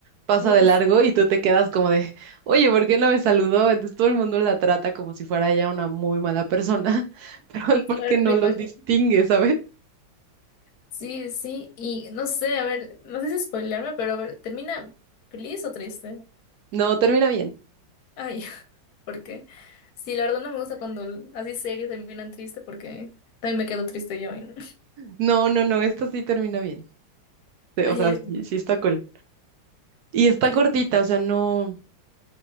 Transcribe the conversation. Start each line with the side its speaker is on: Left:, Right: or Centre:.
Right: pasa
Left: Ah,
Right: de largo y tú te quedas como de, <laughs> oye, ¿por qué no me saludó? Entonces todo el mundo la trata como si fuera ella una muy mala persona, <laughs>
Left: <laughs>
Right: pero
Left: sí,
Right: es porque
Left: claro,
Right: no
Left: me
Right: los
Left: imagino.
Right: distingue, ¿sabes?
Left: Sí, sí, y no sé, a ver, no sé si spoilearme, pero a ver, ¿termina feliz o triste?
Right: No, termina bien.
Left: Ay. Porque sí, la verdad no me gusta cuando así series terminan triste porque también me quedo triste yo. y no.
Right: No, no, no, esta sí termina bien. Sí,
Left: <laughs> Ay,
Right: O sea,
Left: eh,
Right: sí, sí está cool. Y está
Left: sí.
Right: cortita, o sea, no,